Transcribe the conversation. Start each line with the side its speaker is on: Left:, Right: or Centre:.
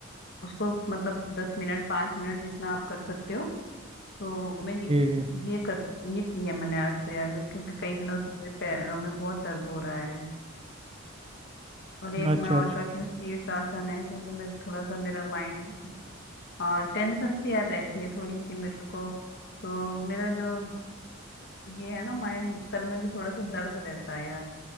Left: उसको मतलब दस मिनट पाँच मिनट जितना आप कर सकते हो तो मैं ये
Right: जी जी
Left: ये कर ये की है मैंने आज तो यार मेरे क्योंकि कई दिनों से मेरे पैरों में बहुत दर्द हो रहा है और एक
Right: अच्छा
Left: मैं और
Right: अच्छा
Left: करती हूँ शीर्ष आसन है क्योंकि मैं थोड़ा सा मेरा माइंड हाँ टेंशन सी यार रहती है थोड़ी सी मेरे को तो मेरा जो ये है ना माइंड सर में भी थोड़ा सा दर्द रहता है यार